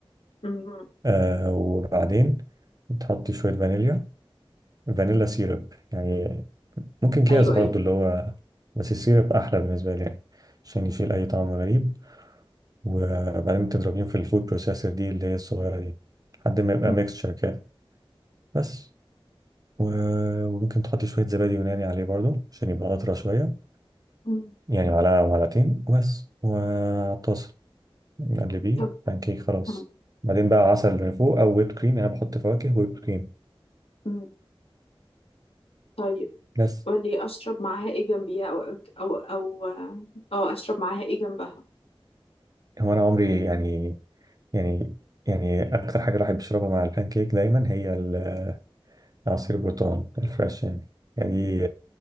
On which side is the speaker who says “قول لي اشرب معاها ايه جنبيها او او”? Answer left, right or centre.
Left